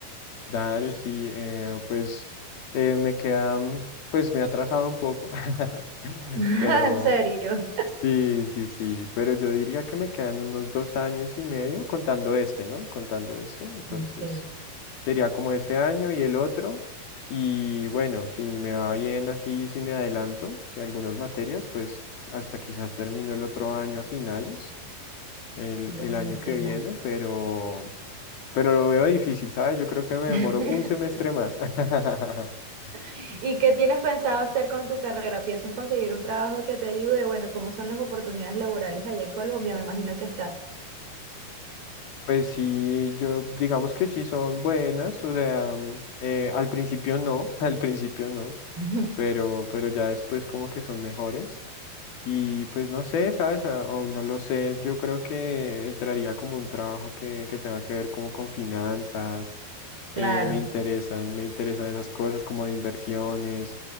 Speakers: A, on the left (about 75°); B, on the right (about 85°).
A: Dale, sí, eh, pues eh, me queda, mm, pues me he atrasado un poco, <laughs>
B: <laughs>
A: pero
B: En serio.
A: Sí, sí, sí, pero yo diría que me quedan unos dos años y medio contando este, ¿no? Contando este, entonces
B: Ok,
A: sería como este año y el otro. Y bueno, si me va bien así, si me adelanto de algunas materias, pues hasta quizás termino el otro año a finales, el,
B: buenísimo.
A: el año que viene, pero, pero lo veo difícil, ¿sabes? Yo creo que me
B: <laughs>
A: demoro un semestre más. <laughs>
B: ¿Y qué tienes pensado hacer con tu carrera? ¿Piensas conseguir un trabajo que te ayude? Bueno, ¿cómo son las oportunidades laborales allá en Colombia? Me imagino que estás.
A: Pues sí, yo digamos que sí son buenas, o sea, mm, eh, al principio no, <laughs> al principio no,
B: <laughs>
A: pero, pero ya después como que son mejores. Y pues no sé, ¿sabes? A- Aún no lo sé, yo creo que entraría como un trabajo que, que tenga que ver como con finanzas,
B: Claro,
A: eh, me interesan, me interesan esas cosas como de inversiones,